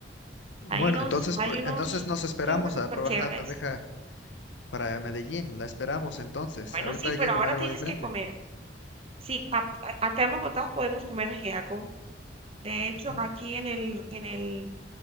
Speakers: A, on the left; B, on the right.
A: Bueno,
B: Hay unos,
A: entonces,
B: hay
A: pues,
B: unos
A: entonces nos esperamos
B: tours súper
A: a probar
B: chéveres.
A: la bandeja para Medellín. La esperamos entonces.
B: Bueno,
A: Ahorita
B: sí,
A: hay
B: pero
A: que comer
B: ahora
A: algo
B: tienes
A: diferente.
B: que comer. Sí, a- a- acá en Bogotá podemos comer ajiaco. De hecho,
A: Ujú.
B: aquí en el, en el